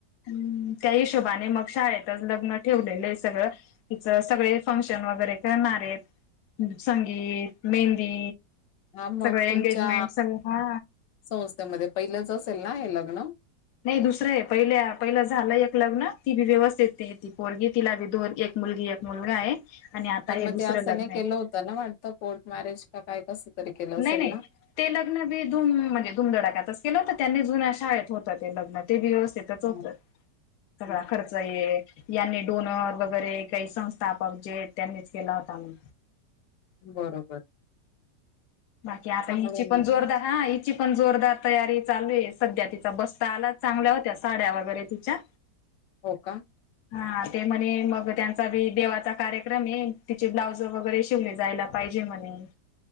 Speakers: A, on the left (about 70°); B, on the left (about 85°).
A: हम्म त्या हिशोबाने मग शाळेतच लग्न ठेवलेलं आहे सगळं. तिचं सगळे फंक्शन वगैरे करणार आहेत. संगीत, मेहंदी,
B: हा मग
A: सगळे
B: तुमच्या
A: एंगेजमेंट सगळ हा.
B: संस्थेमध्ये पहिलंच असेल ना हे लग्न?
A: नाही दुसरं आहे पहिल्या पहिलं झालं एक लग्न ती बी व्यवस्थित ती पोलगी तिला बी दोन एक मुलगी एक मुलगा आहे, आणि आता
B: पण
A: हे
B: मग
A: दुसरं
B: ते असं
A: लग्न
B: नाही
A: आहे
B: केलं होतं ना वाटतं कोर्ट मॅरेज का काय कसं तरी केलं असेल
A: नाही नाही
B: ना.
A: ते लग्न बी धूम म्हणजे धुमधडाक्यातच केलं होतं त्यांनी जुन्या शाळेत होतं ते लग्न ते व्यवस्थित. त्यिच
B: हां,
A: होत सगळा
B: हं.
A: खर्च ये. यांनी डोनर वगैरे काही संस्थापक जे त्यांनीच केला होता मग.
B: बरोबर
A: बाकी आता
B: चांगलं
A: हिची
B: आहे
A: पण
B: मग
A: जोरदार हा हीची. पण जोरदार तयारी चालू आहे सध्या तिचा बसता आला चांगल्या होत्या साड्या वगैरे तिच्या.
B: हो का
A: हा ते म्हणे मग त्यांचा बी देवाचा कार्यक्रम आहे तिचे ब्लाउज वगैरे शिवले जायला. पाहिजे म्हणे,